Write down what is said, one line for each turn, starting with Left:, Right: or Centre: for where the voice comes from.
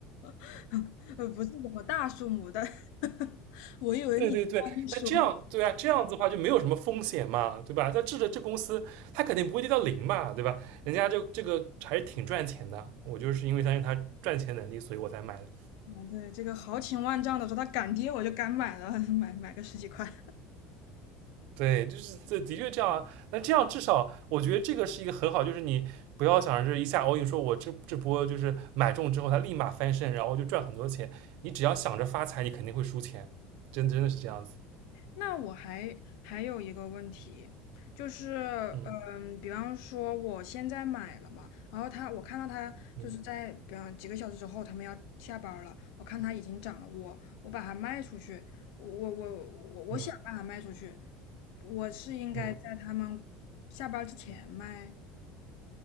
Left: <laughs> 呃，不是什么大数目，但 <laughs> 我以为你刚说，
Right: 对对对，那这样对啊，这样子的话就没有什么风险嘛，对吧？那这这这公司它肯定不会跌到零嘛，对吧？人家就这个还是挺赚钱的，我就是因为相信它赚钱能力，所以我才买的。
Left: 嗯，对，这个豪情万丈的说它敢跌，我就敢买了，<laughs> 买买个十几块。
Right: 对，就是这的确这样啊。那这样至少我觉得这个是一个很好，就是你不要想着一下 all in，说我这这波就是买中之后它立马翻身，然后就赚很多钱。你只要想着发财，你肯定会输钱，真真的是这样子。
Left: 那我还还有一个问题，就是，
Right: 嗯
Left: 嗯，比方说我现在买了嘛，然后他，我看到他就是在，
Right: 嗯
Left: 比方几个小时之后，他们要下班儿了，我看它已经涨了，我我把它卖出去，我我我我我想把它卖出去，
Right: 嗯
Left: 我是应该在他们下班儿之前卖，
Right: 嗯。